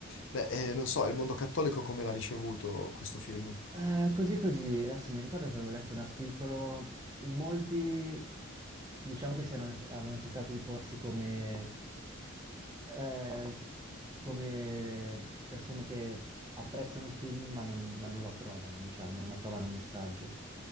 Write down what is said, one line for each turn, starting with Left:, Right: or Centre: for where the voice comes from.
Left: Beh, eh, non so, il mondo cattolico come l'ha ricevuto questo film?
Right: Eh, così così, adesso mi ricordo che avevo letto un articolo, in molti diciamo che si erano- avevano cercato di porsi come, eh, come persone che apprezzano il film ma non, ma non lo approvano, diciamo, non approvano il messaggio.